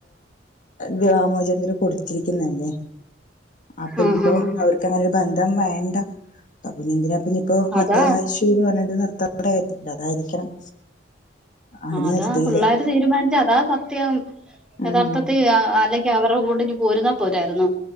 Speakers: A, on the left (about 45°); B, in the centre.
A: വ്യമോചന്ദര് കൊടുത്തിരിക്കുന്നല്ലേ അപ്പൊ
B: ആഹ്
A: ഇനിയിപ്പോ
B: ആഹ് ആഹ്
A: അവർക്ക് അങ്ങനെ ഒരു ബന്ധം വേണ്ട അപ്പൊ പിന്നെ എന്തിനാപ്പ ഇനിയിപ്പോ
B: അതാ
A: ഭർത്താവ് മരിച്ച പറഞ്ഞട്ട് നിർത്താട കാര്ില്ല അതായിരിക്കണം അവര്
B: ആഹ് അതാ
A: നിർത്തിയില്ല
B: പിള്ളേര് തീരുമാനിച്ച അതാ സത്യം
A: ഉം
B: യഥാർത്ഥത്തിൽ അല്ലെങ്ക അവരുടെ കൂടെ പോരുന്നാ പോരായിരുന്നു